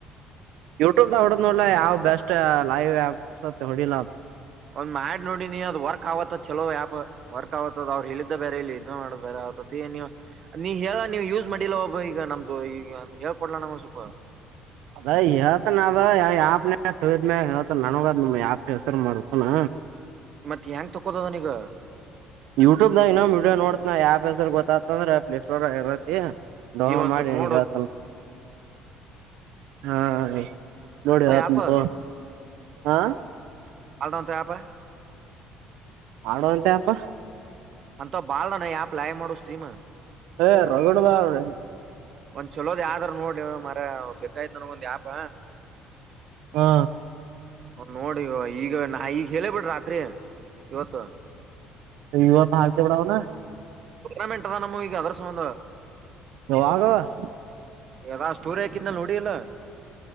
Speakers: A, on the right; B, on the right.
A: ಯೂಟ್ಯೂಬ್ ನ ಹೊಡದ್ ನೋಡ್ಲ ಯಾವ್ ಬೆಸ್ಟ್ ಲೈವ್ ಆಪ್ಸ್ ಅಂತ ಹೊಡಿಲ.
B: ಒಂದ್ ಮಾಡಿ ನೋಡಿ ನೀ ಅದು ವರ್ಕ್ ಆವತ್ ಚಲೋ ಆ್ಯಪ್ ವರ್ಕ್ ಆತ್ತದ ಅವರು ಹೇಳಿದ್ದ ಬೇರೆ ಇಲ್ಲಿ ಇದ್ನ ಮಾಡ ಬೇಗ. <unintelligible> ನೀ ಹೇಳ ನೀ ಯೂಸ್ ಮಾಡಿಲ್ಲ ಒಬ್ಬ ಈಗ ನಮ್ದು ಈಗ ಹೇಳ್ಕೊಡ್ಲ ನಂಗೊಂದ್ ಸ್ವಲ್ಪ
A: ಅದ ಹೇಳ್ತನದ ಯಾಪ್ನ ತಯಿದ್ಮ್ಯ ಹೇಳ್ತ ನನಗದ ನಮ ಯಾಪ್ ಹೆಸರು ಮಾರತಾನ
B: ಮತ್ತ ಹೆಂಗ್ ತಕೋದದನ ಈಗ.
A: ಯೂಟ್ಯೂಬ್ ದಾಗ ಇನ್ನೊಂದ್ ವಿಡಿಯೋ ನೋಡತ್ನ ಯಾಪ್ ಹೆಸರು ಗೊತ್ತಂದ್ರೆ ಪ್ಲೇ ಸ್ಟೋರಾಗ್ ಇರತ್ತತಿ. ಡೋಮ
B: ಈಗ ಒಂದ್
A: ಮಾಡಡಿಿ
B: ಸ್ವಲ್ಪ
A: ನನಗೆ
B: ನೋಡು
A: ಹತನ ಹಾ ನೋಡಿ ಹೇಳ್ತಿನಿ
B: ಆ್ಯಪ್
A: ತಗೊ ಆ.
B: ಅಲ್ಡಂತ ಯಪ
A: ಆಡೋಂಟೇ ಅಪ್ಪ
B: ಅಂತ ಬಾಲ್ದನ ಆ್ಯಪ್ ಲೈವ್ ಮಾಡು ಸ್ಟ್ರೀಮ್
A: ಹ ರಗಡ ಬ ರ
B: ಒಂದ್ ಚಲೋದ್ ಯಾವದರ ನೋಡ್ ಹೇಳೋ ಮರಾಯ ಬೇಕಾಯ್ತ್ ನನ್ಗ್ ಒಂದ್ ಯಪ.
A: ಹಾ.
B: ಅವ್ರ್ ನೋಡಿ ಈಗ ನಾ ಈಗ ಹೇಳೇ ಬಿಡ್ರಿ ರಾತ್ರಿ ಇವತ್ತು.
A: ವಿವಾ ತ ಹಾರಕ ಬಡಾವಣ
B: ಟೂರ್ನಾಮೆಂಟದ ನಮ್ಮವ್ ಈಗ ಅದರ ಸಂಬಂಧ.
A: <unintelligible>
B: ಯದ ಸ್ಟೋರಿ ಹಾಕಿದ್ನ ನೋಡಿ ಅಲ್ಲ.